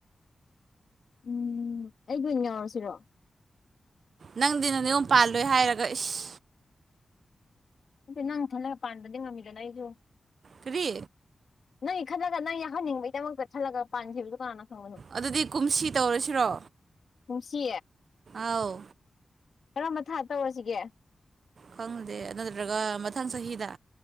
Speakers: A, on the left (about 70°); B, on the right (about 65°).
A: ꯎꯝ ꯑꯩꯒꯤ ꯑꯣꯏꯅ ꯌꯥꯎꯔꯁꯤꯔꯣ
B: ꯅꯪꯗꯤ ꯅ ꯅꯌꯨꯝ ꯄꯥꯜꯂꯣꯏ ꯍꯥꯏꯔꯒ ꯏꯁ
A: ꯑꯗꯨ ꯅꯪ ꯈꯟꯂꯒ ꯄꯥꯟꯕꯗꯤ ꯉꯝꯃꯤꯗꯅ ꯑꯩꯁꯨ
B: ꯀꯔꯤ
A: ꯅꯩ ꯈꯜꯂꯒ ꯅꯪ ꯌꯥꯍꯟꯅꯤꯡꯕꯩꯗꯃꯛꯇ ꯈꯜꯂꯒ ꯄꯥꯟꯈꯤꯕꯁꯨ ꯀꯅꯥꯅ ꯈꯪꯕꯅꯣ
B: ꯑꯗꯨꯗꯤ ꯀꯨꯝꯁꯤ ꯇꯧꯔꯁꯤꯔꯣ
A: ꯀꯨꯝꯁꯤ
B: ꯑꯧ
A: ꯀꯔꯝꯕ ꯊꯥ ꯇꯧꯔꯁꯤꯒꯦ
B: ꯈꯪꯗꯦ ꯅꯠꯇ꯭ꯔꯒ ꯃꯊꯪ ꯆꯍꯤꯗ